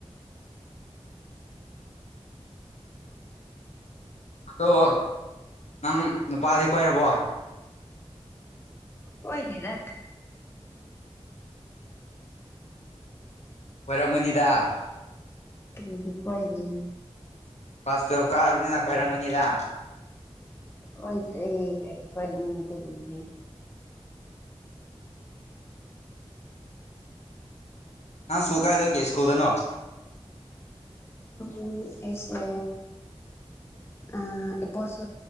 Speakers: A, on the left; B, on the left.
A: ꯑꯗꯣ ꯅꯪ ꯅꯨꯄꯥꯗꯤ ꯀꯣꯏꯔꯕꯣ꯫
B: ꯀꫭꯏꯗꯦꯗ꯫
A: ꯀꯣꯏꯔꯝꯒꯅꯤꯗ
B: ꯀꯔꯤꯒꯤ ꯀꫭꯏꯒꯅꯤ꯫
A: Class twelve ꯀꯥꯔꯕꯅꯤꯅ ꯀꯣꯏꯔꯝꯒꯅꯤꯗꯥ꯫
B: ꯀꫭꯏꯗꯦ ꯀꯩꯒꯤ ꯀꫭꯏꯒꯅꯤ ꯑꯗꯨꯒꯨꯝꯕꯗꯤ꯫
A: ꯑ ꯁ꯭ꯀꯨꯜ ꯀꯥꯏꯗꫭ ꯀꯩ ꯁ꯭ꯀꯨꯜꯗꯅꯣ꯫
B: ꯎꯝ ꯑꯩꯁꯦ ꯑꯥ ꯏꯕꫭꯁ